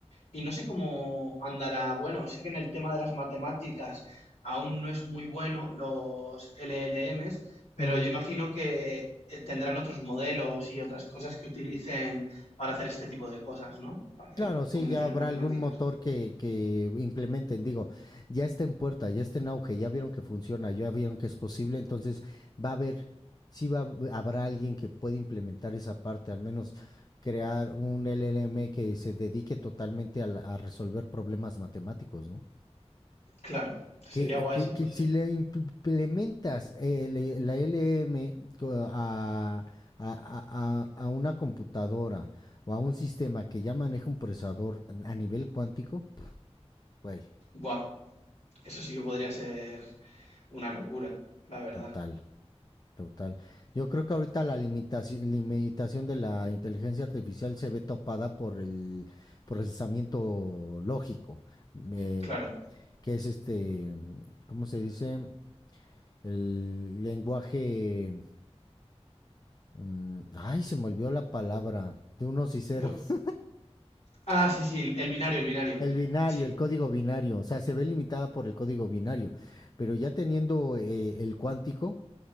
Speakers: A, on the left (about 75°); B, on the left (about 35°).
A: Y no sé cómo andará. Bueno, sé que en el tema de las matemáticas aún no es muy bueno los LLMs, pero
B: Ujú.
A: yo imagino que eh, tendrán otros modelos y otras cosas que utilicen para hacer este tipo de cosas, ¿no? Para hacer
B: Claro, sí,
A: combinaciones
B: ya habrá
A: matemáticas.
B: algún motor que, que implementen. Digo, ya está en puerta, ya está en auge, ya vieron que funciona, ya vieron que es posible, entonces va a haber, sí va, a- habrá alguien que pueda implementar esa parte, al menos crear un LLM que se dedique totalmente a, la- a resolver problemas matemáticos, ¿no?
A: Claro,
B: que,
A: sería guay
B: que-
A: si puede.
B: que si le implementas eh, le- la LM co- a, a- a- a- a una computadora o a un sistema que ya maneja un procesador a nivel cuántico, güey,
A: Buah, eso sí que podría ser una locura, la verdad.
B: total, total. Yo creo que ahorita la limitación, limitación de la inteligencia artificial se ve topada por el procesamiento lógico, eh,
A: Claro.
B: que es este, ¿cómo se dice? El lenguaje mm, ay, se me olvidó la palabra de unos y ceros.
A: Bu- ah, sí, sí, el, el binario, el
B: <laughs>
A: binario.
B: El binario,
A: Sí,
B: el código binario. O sea, se ve limitada por el código binario. Pero ya teniendo eh, el cuántico.